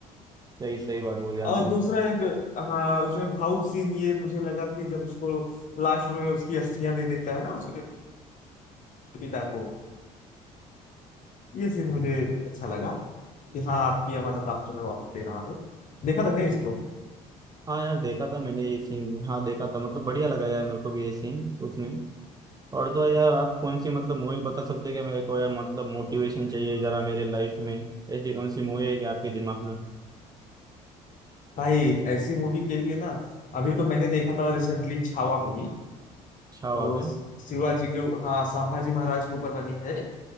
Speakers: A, on the right; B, on the left.
A: सही सही बात बोली
B: और
A: आपने
B: दूसरा एक हाँ उसमें भावुक सीन ये मुझे लगा कि जब उसको लास्ट में उसकी अस्थियां दे देता है ना उसके पिता को ये सीन मुझे अच्छा लगा कि हाँ आपकी अमानत आपको मैं वापस दे रहा हूँ देखा था नहीं इसको
A: हाँ यार देखा था मैंने ये सीन हाँ देखा था मतलब बढ़िया लगा यार मेरे को भी ये सीन उसमें और तो यार आप कौन सी मतलब मूवी बता सकते हैं क्या मेरे को यार मतलब मोटिवेशन चाहिए जरा मेरे लाइफ में ऐसी कौन सी मूवी है कि आपके दिमाग में
B: भाई ऐसी मूवी के लिए ना अभी तो मैंने देखा था रिसेंटली छावा मूवी
A: अच्छा हुआ
B: वो
A: क्या
B: शिवाजी के हाँ संभाजी महाराज के ऊपर बनी है